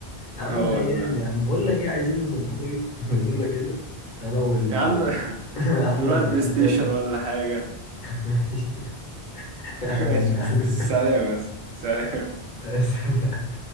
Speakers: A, on the right (about 90°); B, on the left (about 50°).
A: <laughs> اه
B: يا عم ايام
A: والله
B: يا عم بقول لك ايه عايزين نظبطه ايه <laughs> نزولة كده انا وال
A: يا عم <laughs>
B: <laughs>
A: نروح
B: احنا والعيال
A: البلاي ستيشن
B: بتاعت
A: ولا حاجه
B: <laughs> ماشي
A: <laughs>
B: احنا
A: ماشي
B: والعيال
A: سلام بس سلام
B: بتاعت <laughs>